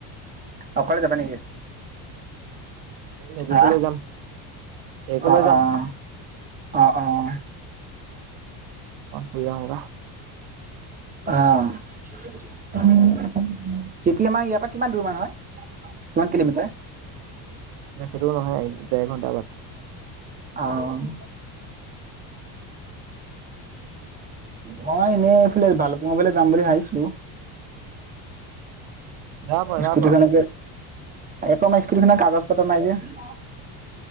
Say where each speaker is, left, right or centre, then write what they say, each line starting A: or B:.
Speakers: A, on the right (about 20°); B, on the right (about 65°).
A: অকলে যাবা নেকি?
B: মেগীকো
A: আহ,
B: লৈ যাম এইকো
A: অহ,
B: লৈ যাম
A: অহ। অহ, অহ।
B: <unintelligible> ফুৰি আহোগা।
A: অহ'। কেপি আমাৰ ইয়াৰ পৰা কিমান দূৰ মান হয়? One kilometre.
B: বেছি দূৰওঁ নহয়, দেৰ ঘণ্টাৰ বাট।
A: অহ'। মই এনেই এইফালে ভালপুঙাবলৈ যাম বুলি ভাবিছোঁ
B: যাব যাৱ।
A: স্কুটিখনকে একো নাই স্কুটিখনৰ কাগজ পত্ৰ নাই যে? অহ'।